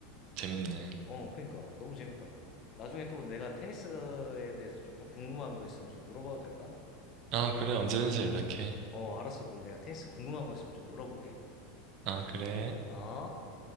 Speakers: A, on the right; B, on the left.
A: 재밌네.
B: 어, 그러니까 너무 재밌다. 나중에 또 내가 테니스에 대해서 조금 궁금한 거 있으면 좀 물어봐도 될까?
A: 아, 그래, 언제든지 연락해.
B: 어, 알았어. 그럼 내가 테니스 궁금한 거 있으면 좀 물어볼게.
A: 아, 그래.
B: 어?